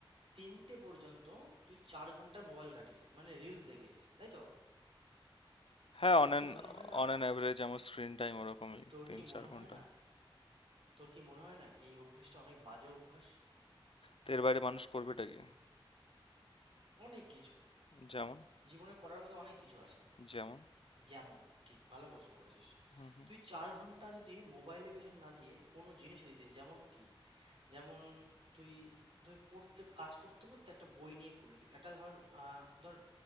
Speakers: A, on the right (about 80°); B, on the left (about 80°).
A: তিনটে পর্যন্ত তুই চার ঘন্টা মোবাইল ঘাঁটিস মানে রিলস দেখিস তাই তো
B: হ্যাঁ
A: তোর
B: অন অ্যান
A: কি মনে হয় না
B: অন অ্যান অ্যাভারেজ আমার স্ক্রিন টাইম ওরকমই
A: তোর
B: তিন
A: কি
B: চার
A: মনে
B: ঘন্টা
A: হয় না তোর কি মনে হয় না এই অভ্যেসটা অনেক বাজে অভ্যাস
B: তো এর বাইরে মানুষ করবেটা কি
A: অনেক কিছু
B: যেমন
A: জীবনে করার মতো অনেক কিছু আছে
B: যেমন
A: যেমন ঠিক ভালো প্রশ্ন করেছিস
B: হুম হুম
A: তুই চার ঘন্টা যদি মোবাইলে পেছন না দিয়ে কোনো জিনিসে দিতিস যেমন কি যেমন তুই ধর পড়তে কাজ করতে করতে একটা বই নিয়ে খুললি একটা ধর আহ, ধর